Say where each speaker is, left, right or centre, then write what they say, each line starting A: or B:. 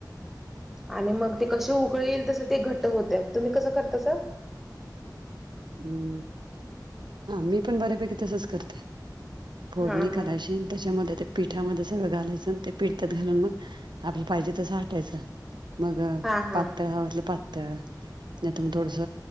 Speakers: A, in the centre; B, on the right (about 90°).
A: आणि मग ते कशी उकळी येईल तसं ते घट्ट होतंय. तुम्ही कसं करतासा?
B: हम्म हा मी पण बऱ्यापैकी तसच करते. फोडणी
A: हा हा
B: करायची त्याच्यामध्ये ते पिठामध्ये सगळं घालायचं आणि ते पिठ त्यात घालून मग आपलं पाहिजे तसं आटायचं. मग
A: हा हा
B: पातळ हव असल पातळ नाही तर मग थोडस